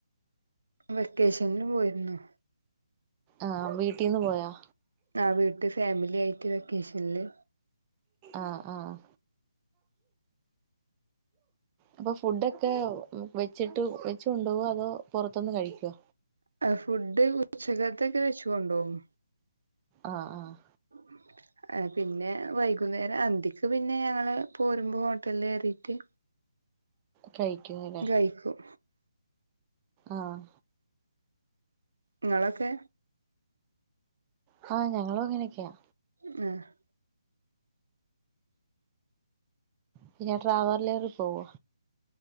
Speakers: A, on the right; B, on the right.
A: വെക്കേഷനിലും പോയിരുന്നു
B: ആഹ് വീട്ടീന്ന് പോയോ
A: ആ വീട്ട് ഫാമിലി ആയിട്ട് വെക്കേഷനില്
B: ആഹ് ആഹ് അപ്പൊ ഫുഡൊക്കെ വെച്ചിട്ട് വെച്ച് കൊണ്ടോവാ അതോ പുറത്ത്ന്ന് കഴിക്കോ
A: ഫുഡ് ഉച്ചക്കത്തെ ക്കെ വെച്ച് കൊണ്ടോവും
B: ആഹ് ആഹ്
A: <inaudible> ഏഹ് പിന്നെ വൈകുന്നേരം അന്തിക്ക് പിന്നെ ഞങ്ങള് പോരുമ്പോ ഹോട്ടൽല് കേറീറ്റ്
B: കഴിക്കുംന്ന്ലെ
A: കഴിക്കും
B: ആഹ്
A: ഇങ്ങളൊക്കെ
B: ഹാ ഞങ്ങളും അങ്ങനെയൊക്കെയാ
A: മ് ഹ്
B: പിന്നെ ട്രാവർലർലിൽ പോവോ